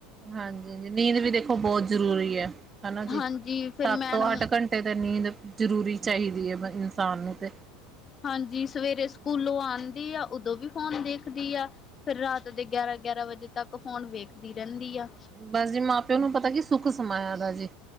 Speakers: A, on the right; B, on the left.
A: ਹਾਂਜੀ ਨੀਂਦ ਵੀ ਦੇਖੋ ਬਹੁਤ ਜ਼ਰੂਰੀ ਐ। ਹਨਾ
B: ਹਾਂਜੀ
A: ਜੀ
B: ਫਿਰ
A: ਸੱਤ
B: ਮੈਡਮ
A: ਤੋਂ ਅੱਠ ਘੰਟੇ ਤੇ ਨੀਂਦ ਜ਼ਰੂਰੀ ਚਾਹੀਦੀ ਹੈ ਬ ਸਾਨ ਨੂੰ ਤੇ
B: ਹਾਂਜੀ ਸਵੇਰੇ ਸਕੂਲੋਂ ਆਂਦੀ ਆ ਉਦੋਂ ਵੀ ਫੋਨ ਦੇਖਦੀ ਆ ਫਿਰ ਰਾਤ ਦੇ ਗਿਆਰਾਂ ਗਿਆਰਾਂ ਵਜੇ ਤੱਕ ਹੋੁਣ ਵੇਖਦੀ ਰਹਿੰਦੀ ਆ
A: ਬਸ ਜੀ ਮਾਂ ਪਿਓ ਨੂੰ ਪਤਾ ਕੀ ਸੁੱਖ ਸਮਾਇਆ ਦਾ ਜੀ